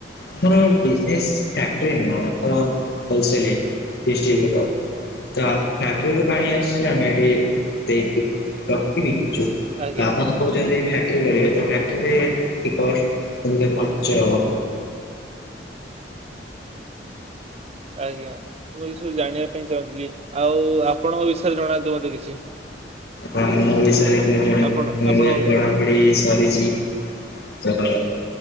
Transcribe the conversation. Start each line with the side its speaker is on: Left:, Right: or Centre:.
Left: ଆମର ଫ୍ୟାକିଟ୍ରି ଆମ ହୋଲ ସେଲିଙ୍ଗ। ଡିଷ୍ଟ୍ରିବୁଟର। ତ ଫ୍ୟାକିଟ୍ରି କୁ ପାଣି ଆସୁଚି ନା ନାଇଁ ଦେଇକିରି। <unintelligible> ଯୋଉଁ
Right: ଆଜ୍ଞା
Left: ଆପଣ କହୁଛନ୍ତି ଫ୍ୟାକିଟ୍ରି କରିବେ ତ ଫ୍ୟାକିଟ୍ରି ରେ ଇଏ ପାଞ୍ଚ
Right: ଆଜ୍ଞା ମୁଁ ଏ ସବୁ ଜାଣିବା ପାଇଁ ଚାହୁଁଥିଲି ଆଉ ଆପଣଙ୍କ ବିଷୟରେ ଜଣାନ୍ତୁ ମତେ କିଛି
Left: ମୁଁ ବିଷୟରେ <unintelligible>
Right: ଆପଣ ଆପଣ
Left: ପଢାପଢି ସରିଚି। ତାପରେ।